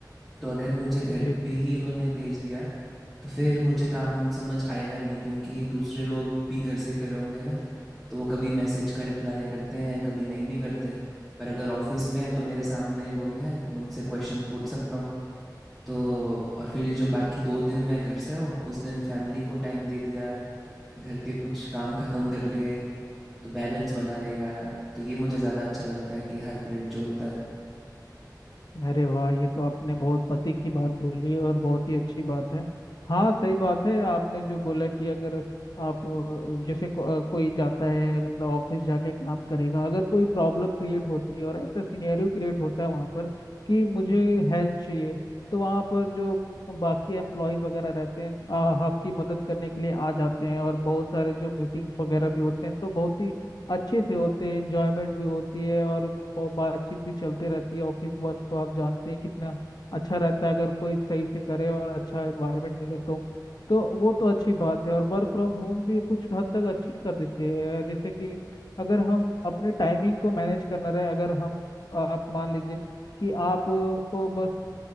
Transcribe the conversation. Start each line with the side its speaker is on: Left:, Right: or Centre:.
Centre: तो अगर मुझे घर
Left: जी जी
Centre: पे ही इन्होंने भेज दिया तो फिर मुझे काम समझ आएगा नहीं क्योंकि दूसरे लोग भी घर से ही कर रहे होंगे ना तो वो कभी मैसेज का रिप्लाई करते हैं कभी नहीं भी करते पर अगर ऑफिस में है तो मेरे सामने लोग हैं मैं उनसे क्वेश्चन पूछ सकता हूँ तो और फिर ये जो बाकी दो दिन मैं घर से हूँ उस दिन फैमिली को टाइम दे दिया घर के कुछ काम ख़त्म कर लिए तो बैलेंस बना रहेगा तो ये मुझे ज़्यादा अच्छा लगता है कि हाइब्रिड जो होता है
Left: अरे वाह ये तो आपने बहुत पति की बात बोली और बहुत ही अच्छी बात है हाँ सही बात है आपने जो बोला कि अगर आप अ, जैसे को, अ, कोई जाता है मतलब ऑफिस जाके काम करेगा अगर कोई प्रॉब्लम क्रिएट होती है और ऐसा सिनेरियो क्रिएट होता है वहाँ पर कि मुझे हेल्प चाहिए तो वहाँ पर जो बाकी एम्प्लॉयज वगैरह रहते हैं आ, आपकी मदद करने के लिए आ जाते हैं और बहुत सारे जो मीटिंग्स वगैरह भी होते हैं तो बहुत ही अच्छे से होते हैं एंजॉयमेंट भी होती है और को बातचीत भी चलते रहती है ऑफिस वर्क तो आप जानते हैं कितना अच्छा रहता है अगर कोई सही से करे और अच्छा एनवायरनमेंट मिले तो तो वो तो अच्छी बात है और वर्क फ्रॉम होम भी कुछ हद तक अच्छी कर देती है जैसे कि अगर हम अपने टाइमिंग को मैनेज करना रहे अगर हम आप मान लीजिए कि आप को बस